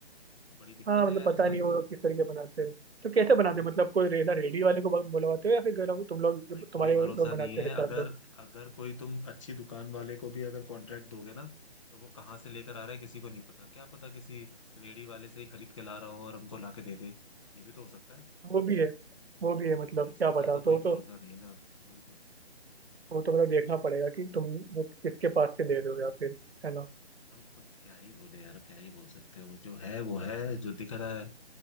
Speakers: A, on the left; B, on the right.
A: तो बड़ी दिक्कत
B: हाँ मतलब
A: है यार
B: पता
A: इस बात
B: नहीं वो
A: की
B: लोग किस तरीके बनाते हैं तो कैसे बनाते
A: वही
B: हैं मतलब
A: तो
B: कोई रेना रेडी वाले को ब- बुलवाते हो या फिर गरम तुम लोग
A: भाई कोई
B: तुम्हारे
A: भरोसा
B: वो लोग बनाते
A: नहीं है
B: हैं सब
A: अगर
B: लोग
A: अगर कोई तुम अच्छी दुकान वाले को भी अगर कॉन्ट्रैक्ट दोगे ना तो वो कहाँ से लेकर आ रहा है किसी को नहीं पता क्या पता किसी रेडी वाले से ही खरीद के ला रहा हो और हमको ला के दे दे ये भी तो हो सकता है
B: वो भी है वो भी है मतलब
A: तो इसी
B: क्या
A: का
B: पता
A: तो
B: तो
A: कोई
B: तो
A: भरोसा नहीं है ना वही तो
B: वो तो मतलब देखना पड़ेगा कि तुम वो किसके पास से ले रहे हो या फिर है ना
A: हम कुछ क्या ही बोले यार क्या ही बोल सकते हो जो है वो है जो दिख रहा है